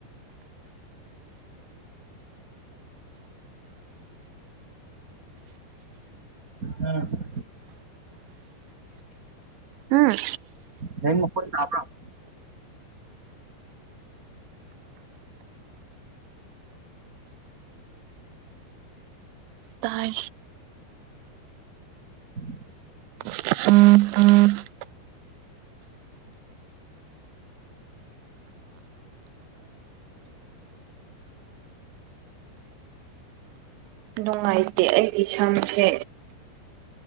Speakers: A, on the right (about 35°); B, on the right (about 90°).
A: ꯎ
B: ꯎꯝ
A: ꯅ ꯃꯈꯣꯏ ꯂꯥꯛ꯭ꯔ <unintelligible>
B: ꯇꯥꯏ
A: ꯎꯝ <unintelligible>
B: <unintelligible> ꯅꯨꯡꯉꯥꯏꯇꯦ ꯑꯩꯒꯤ ꯁꯝꯁꯦ